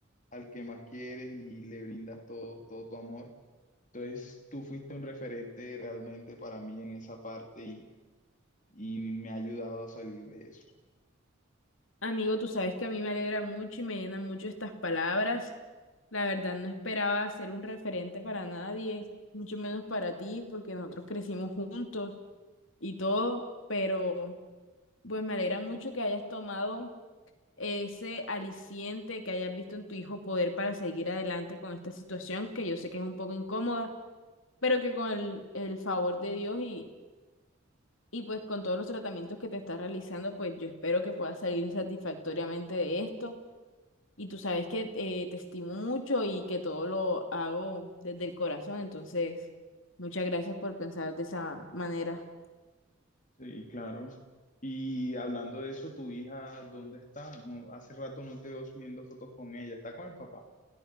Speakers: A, on the left; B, on the left.
A: al que más quieres y le brindas todo, todo tu amor. Entonces, tú fuiste un referente realmente para mí en esa parte y, y me ha ayudado a salir de eso.
B: Amigo, tú sabes que a mí me alegra mucho y me llenan mucho estas palabras. La verdad, no esperaba ser un referente para nadie, mucho menos para ti, porque nosotros crecimos juntos y todo, pero pues me alegra mucho que hayas tomado ese aliciente que hayas visto en tu hijo poder para seguir adelante con esta situación, que yo sé que es un poco incómoda, pero que con el, el favor de Dios y, y pues con todos los tratamientos que te estás realizando, pues yo espero que puedas salir satisfactoriamente de esto Y tú sabes que eh, te estimo mucho y que todo lo hago desde el corazón, entonces muchas gracias por pensar de esa manera.
A: Sí, claro. Y hablando de eso, ¿tu hija dónde está? No, hace rato no te veo subiendo fotos con ella. ¿Está con el papá?